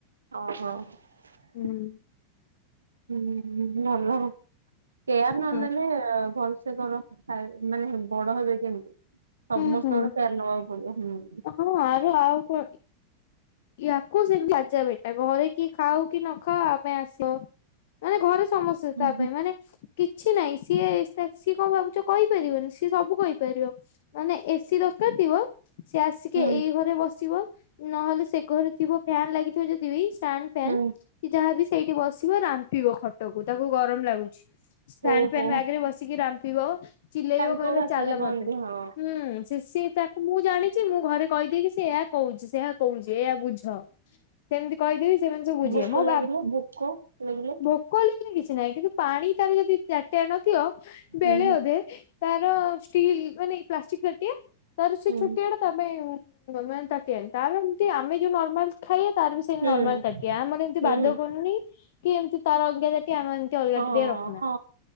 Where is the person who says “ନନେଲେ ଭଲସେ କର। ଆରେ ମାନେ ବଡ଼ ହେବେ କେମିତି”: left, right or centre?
Right